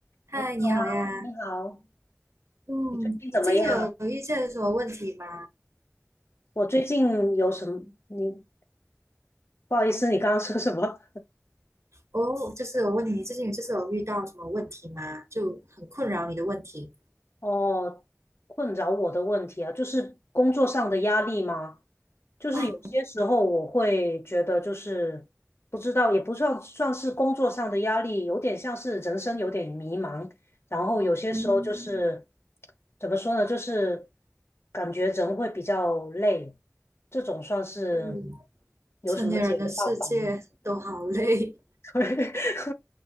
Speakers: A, on the right; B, on the left.
A: 嗨，
B: 你好啊，
A: 你好呀。
B: 你好，
A: 嗯，
B: 你最近怎么样啊？
A: 你最近有有遇见什么问题吗？
B: 我最近有什么？你不好意思，你刚刚说什么？
A: 哦，就是我问你，你最近有就是有遇到什么问题吗？就很困扰你的问题。
B: 哦，困扰我的问题啊，就是工作上的压力吗？就是有些时候我会觉得，
A: 哦，
B: 就是不知道，也不算算是工作上的压力，有点像是人生有点迷茫。然后有些时候就是
A: 嗯，
B: 怎么说呢，就是感觉人会比较累，这种算是
A: 是
B: 有什么解决办法吗？
A: 成年人的世界都好累。
B: <laughs>